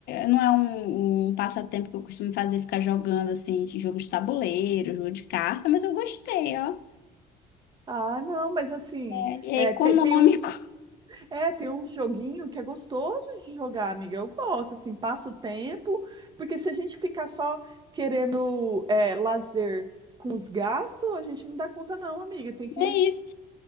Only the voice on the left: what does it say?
não é um, um passatempo que eu costumo fazer, ficar jogando, assim, de jogo de tabuleiro, jogo de carta, mas eu gostei, ó.
É, e
é econômico.
<laughs>
É isso.